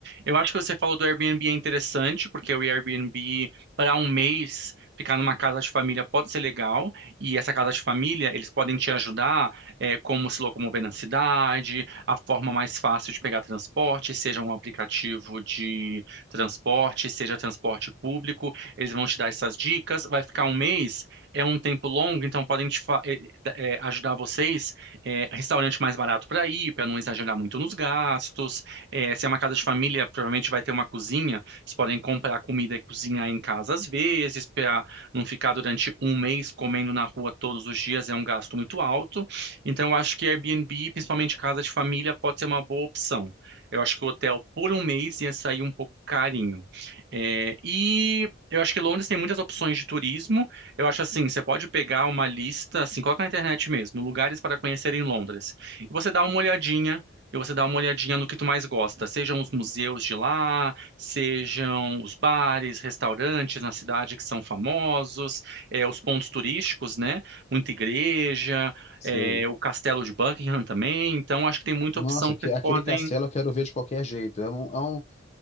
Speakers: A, on the right; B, on the left.
A: Eu acho que você falou do Airbnb é interessante, porque o Airbnb, para um mês, ficar numa casa de família pode ser legal. E essa casa de família, eles podem te ajudar, é, como se locomover na cidade, a forma mais fácil de pegar transporte, seja um aplicativo de transporte, seja transporte público. Eles vão te dar essas dicas. Vai ficar um mês, é um tempo longo, então podem te fa- eh, eh, ajudar vocês é, restaurante mais barato para ir, para não exagerar muito nos gastos. É, se é uma casa de família, provavelmente vai ter uma cozinha. Vocês podem comprar comida e cozinhar em casa às vezes, para não ficar durante um mês comendo na rua todos os dias, é um gasto muito alto. Então, eu acho que Airbnb, principalmente casa de família, pode ser uma boa opção. Eu acho que o hotel por um mês ia sair um pouco carinho. É, e eu acho que Londres tem muitas opções de turismo. Eu acho assim, você pode pegar uma lista, assim, coloca na internet mesmo, lugares para conhecer em Londres. E você dá uma olhadinha, e você dá uma olhadinha no que tu mais gosta, sejam os museus de lá, sejam os bares, restaurantes na cidade que são famosos, eh, os pontos turísticos, né? Muita igreja,
B: Sei.
A: eh, o Castelo de Buckingham também. Então, acho que tem muita
B: Nossa,
A: opção que
B: que,
A: vocês
B: aquele
A: podem.
B: castelo eu quero ver de qualquer jeito. É um, é um-